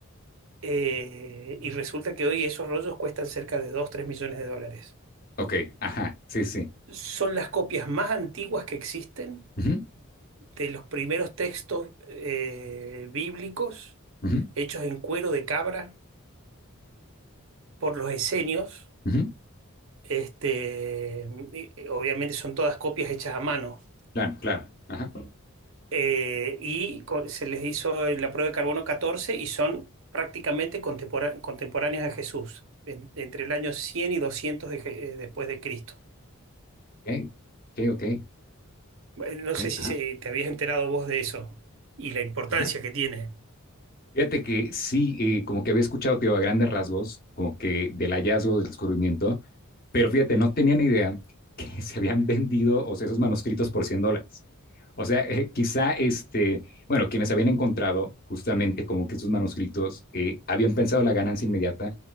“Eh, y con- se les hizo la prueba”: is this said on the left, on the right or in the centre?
Right